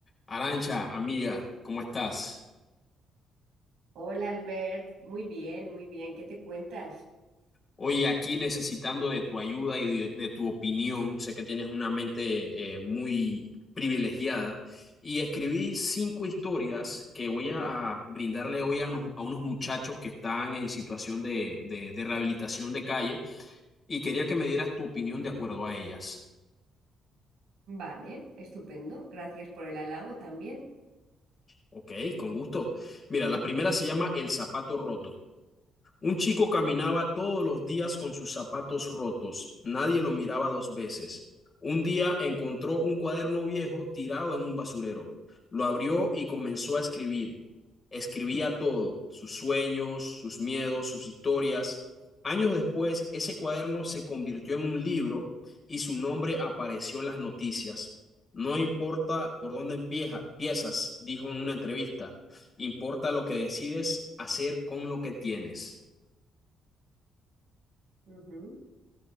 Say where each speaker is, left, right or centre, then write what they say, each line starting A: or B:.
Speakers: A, on the left; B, on the right.
A: Arancha, amiga, ¿cómo estás?
B: Hola Albert, muy bien, muy bien, ¿qué te cuentas?
A: Oye, aquí necesitando de tu ayuda y de, de tu opinión, sé que tienes una mente eh, muy privilegiada y escribí cinco historias que voy a, a brindarle hoy a unos, a unos muchachos que están en situación de, de de rehabilitación de calle y quería que me dieras tu opinión de acuerdo a ellas.
B: Vale, estupendo, gracias por el halago también.
A: Ok, con gusto. Mira, la primera se llama El zapato roto. Un chico caminaba todos los días con sus zapatos rotos. Nadie lo miraba dos veces. Un día encontró un cuaderno viejo tirado en un basurero. Lo abrió y comenzó a escribir. Escribía todo, sus sueños, sus miedos, sus historias. Años después, ese cuaderno se convirtió en un libro y su nombre apareció en las noticias. No importa por dónde empieza, empiezas, dijo en una entrevista, importa lo que decides hacer con lo que tienes.
B: Ujú,